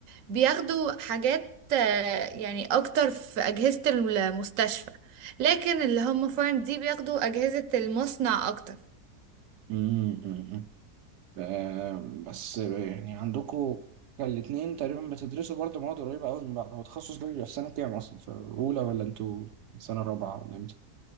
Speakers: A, on the right; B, on the right.
A: بياخدوا حاجات آه، يعني اكتر في اجهزة المستشفى لكن اللي هم فارم دي بياخدوا أجهزة المصنع أكتر
B: امم أمم. آه، بس يعني عندكم كان الاتنين تقريبا بتدرسوا برضه مواد قريبة أوي من بعض هو التخصص ده بيبقى في سنة كام أصلا في أولى ولا أنتوا في سنة رابعة ولا إمتى؟